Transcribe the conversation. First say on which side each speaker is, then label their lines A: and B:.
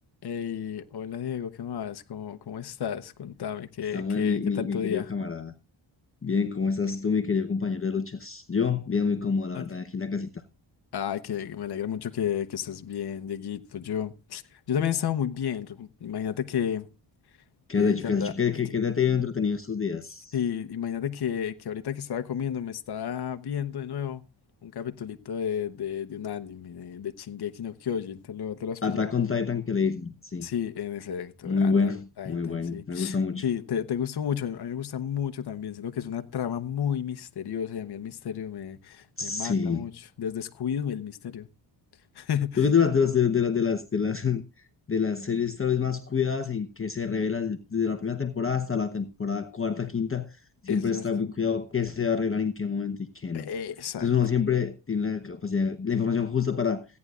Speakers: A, on the left; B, on the left.
A: Hey, hola Diego, ¿qué más? ¿Cómo, cómo estás? Contame, ¿qué,
B: Samuel,
A: qué,
B: mi,
A: qué
B: mi,
A: tal
B: mi
A: tu día?
B: querido camarada. Bien, ¿cómo estás tú, mi querido compañero de luchas? Yo, bien, muy cómodo, la
A: Ok.
B: verdad, aquí en la casita.
A: Ay, que me alegra mucho que, que estés bien, Dieguito. Yo, yo también he estado muy bien. re- Imagínate que, que,
B: ¿Qué has hecho?
A: que
B: ¿Qué
A: anda.
B: has hecho? ¿Qué, qué,
A: que-
B: qué te ha tenido entretenido estos días?
A: sí, imagínate que, que ahorita que estaba comiendo me estaba viendo de nuevo un capitulito de, de, de un anime, de, de Shingeki no Kyojin. ¿Te lo, te lo has pillado?
B: Attack on Titan, que le dicen. Sí,
A: Sí, en efecto,
B: muy
A: Attack
B: bueno,
A: on
B: muy
A: Titan,
B: bueno.
A: sí.
B: Me gusta mucho.
A: Sí, te, te gustó mucho, a mí a mí me gusta mucho también, siento que es una trama muy misteriosa y a mí el misterio me, me
B: Sí,
A: mata mucho, desde Scooby el misterio. <laughs>
B: Yo creo que de las, de las, de las, de las, de las, <laughs> de las series tal vez más cuidadas en que se revela desde desde la primera temporada hasta la temporada cuarta, quinta, siempre
A: Es verdad.
B: está muy cuidado qué se va a arreglar en qué momento y qué
A: Exacto,
B: no. Entonces uno siempre tiene la capacidad, la información justa para